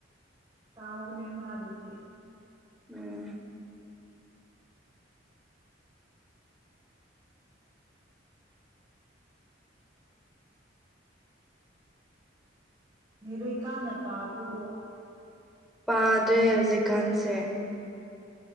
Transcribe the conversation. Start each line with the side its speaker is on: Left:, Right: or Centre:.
Right: ꯇꯥꯎꯕꯅꯦ ꯃꯥꯗꯨꯗꯤ
Centre: ꯎꯝ
Right: ꯂꯥꯢꯔꯤꯛ ꯀꯥꯟꯅ ꯄꯥꯕ꯭ꯔꯣ
Centre: ꯄꯥꯗ꯭ꯔꯦ ꯍꯧꯖꯤꯛꯀꯥꯟꯁꯦ